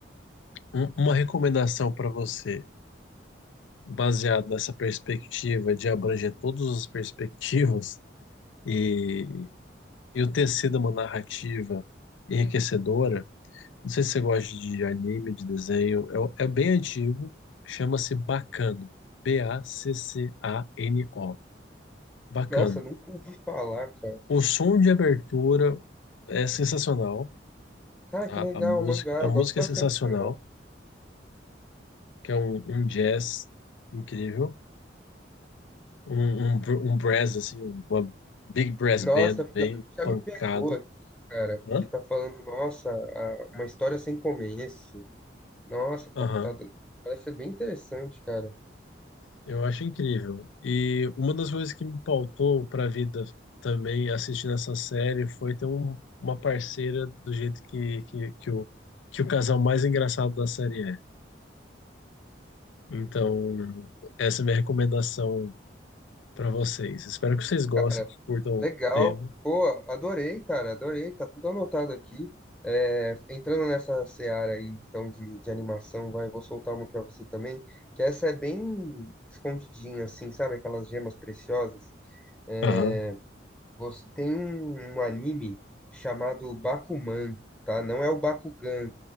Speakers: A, on the left; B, in the centre.
A: Um- uma recomendação para você. baseado nessa perspectiva de abranger todas as perspectivas e, e o tecido uma narrativa enriquecedora. Não sei se você gosta de anime, de desenho, é, é bem antigo, chama-se Bacano, B-A-C-C-A-N-O, Bacano.
B: Nossa, nunca ouvi falar, cara.
A: O som de abertura é sensacional,
B: Cara,
A: tá?
B: que legal,
A: A música,
B: mangá.
A: a
B: Eu
A: música
B: gosto bastante
A: é sensacional,
B: de mangá.
A: que é um, um jazz incrível. Um, um, br- um brass, assim, uma big brass
B: Nossa,
A: band bem
B: pior que já
A: pancada.
B: me pegou aqui, cara,
A: Hã?
B: que tá falando, nossa, a- uma história sem começo. Nossa, tá,
A: Aham.
B: tá, parece ser bem interessante, cara.
A: Eu acho incrível. E uma das coisas que me pautou para a vida também assistindo essa série foi ter um- uma parceira do jeito que, que, que o, que o casal mais engraçado da série é. Então, essa é a minha recomendação para vocês. Espero que vocês gostem,
B: Cara,
A: que curtam
B: legal.
A: o tema.
B: Pô, adorei, cara, adorei. Tá tudo anotado aqui. É, entrando nessa seara aí, então, de, de animação, vai, vou soltar uma pra você também, que essa é bem escondidinha, assim, sabe? Aquelas gemas preciosas. É,
A: Aham,
B: Você tem um, um anime chamado Bakuman, tá? Não é o Bakugan